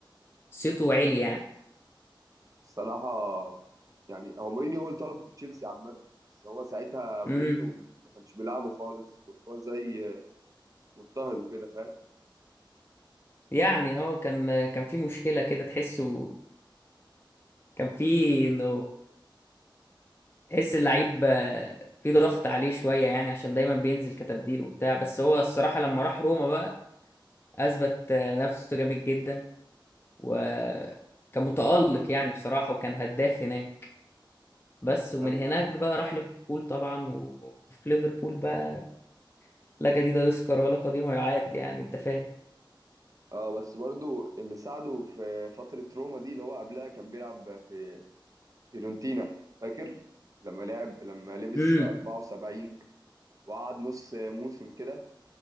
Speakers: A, on the left; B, on the right.
A: فصيته عالي يعني
B: الصراحة يعني هو مورينيو هو اللي طلبه في تشيلسي عامة بس هو ساعتها مورينيو
A: امم
B: ما كانش بيلعبه خالص كان هو زي مضطهد وكده فاهم
A: يعني اه كان كان في مشكلة كده تحسه كان في انه تحس اللعيب آه، في ضغط عليه شوية يعني عشان دايما بينزل كتبديل وبتاع بس هو الصراحة لما راح روما بقى أثبت آه، نفسه جامد جدا وكان متألق يعني بصراحة وكان هداف هناك بس ومن
B: ايوه
A: هناك بقى راح ليفربول طبعا و- وفي ليفربول بقى لا جديد يذكر ولا قديم يعاد يعني أنت فاهم
B: اه بس برضو اللي ساعده في فترة روما دي اللي هو قبلها كان بيلعب في فيورنتينا فاكر لما لعب لما لبس
A: امم
B: 74 وقعد نص موسم كده